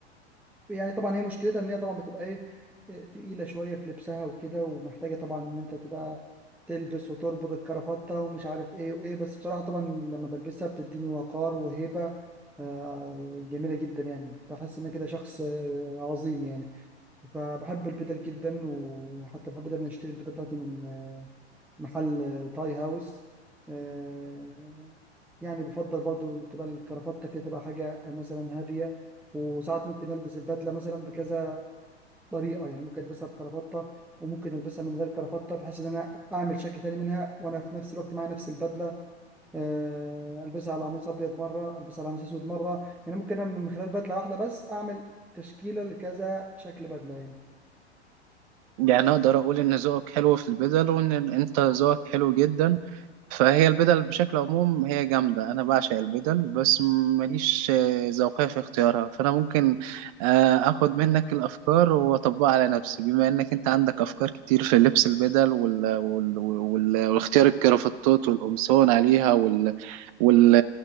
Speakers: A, in the centre; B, on the right.
A: يعني طبعا هي مشكلتها ان هي طبعا بتبقى ايه إيه، تقيله شويه في لبسها وكده ومحتاجه طبعا ان انت تبقى تلبس وتربط الكرافته ومش عارف ايه وايه بس بصراحه طبعا لما بلبسها بتديني وقار وهيبه آه، جميله جدا يعني بحس ان أنا كده شخص آه، عظيم يعني فبحب البدل جدا وحتى بحب دايما اشتري البدل بتاعتي من آه، محل آه، تاي هاوس آه، يعني بفضل برضو تبقى الكرافته كده تبقى حاجه مثلا هاديه وساعات ممكن البس البدله مثلا بكذا طريقه يعني ممكن البسها بكرافته وممكن البسها من غير كرافته بحيث ان انا اعمل شكل تاني منها وانا في نفس الوقت معايا نفس البدله آه، البسها على قميص ابيض مره البسها على قميص اسود مره يعني ممكن انا من خلال بدله واحده بس اعمل تشكيله لكذا شكل بدله يعني
B: يعني أقدر أقول إن ذوقك حلو في البدل وإن أنت ذوقك حلو جدا فهي البدل بشكل عموم هي جامدة أنا بعشق البدل بس ماليش آه، ذوقية في اختيارها فأنا ممكن آه، آخد منك الأفكار وأطبقها على نفسي بما إنك أنت عندك أفكار كتير في لبس البدل وال... وال... وال... والاختيار الكرافتات والقمصان عليها وال... وال...